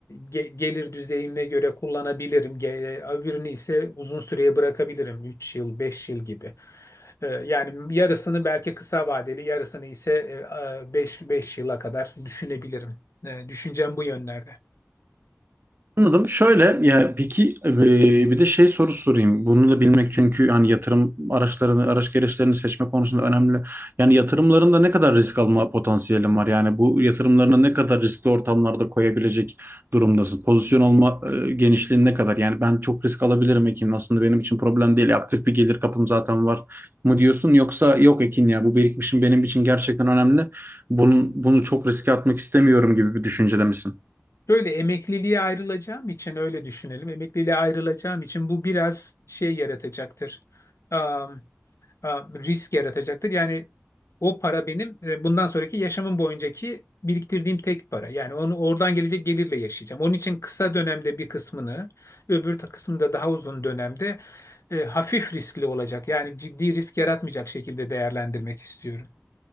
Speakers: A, on the left; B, on the right.
A: ge- gelir düzeyime göre kullanabilirim. Ge- e, Öbürünü ise uzun süreye bırakabilirim. üç yıl, beş yıl gibi. E, Yani yarısını belki kısa vadeli, yarısını ise beş 5 yıla kadar düşünebilirim. E, Düşüncem bu yönlerde.
B: Anladım. Şöyle ya peki e, bir de şey soru sorayım. Bunu da bilmek çünkü yani yatırım araçlarını, araç gereçlerini seçme konusunda önemli. Yani yatırımlarında ne kadar risk alma potansiyelin var? Yani bu yatırımlarını ne kadar riskli ortamlarda koyabilecek durumdasın? Pozisyon alma e, genişliğin ne kadar? Yani ben çok risk alabilirim Ekin. Aslında benim için problem değil. Aktif bir gelir kapım zaten var mı diyorsun? Yoksa yok Ekin ya bu birikmişim benim için gerçekten önemli. Bunun, bunu çok riske atmak istemiyorum gibi bir düşüncede misin?
A: Böyle emekliliğe ayrılacağım için öyle düşünelim. Emekliliğe ayrılacağım için bu biraz şey yaratacaktır. Am, am, risk yaratacaktır. Yani o para benim e, bundan sonraki yaşamım boyuncaki biriktirdiğim tek para. Yani onu oradan gelecek gelirle yaşayacağım. Onun için kısa dönemde bir kısmını, öbür ta- kısmında daha uzun dönemde e, hafif riskli olacak. Yani ciddi risk yaratmayacak şekilde değerlendirmek istiyorum.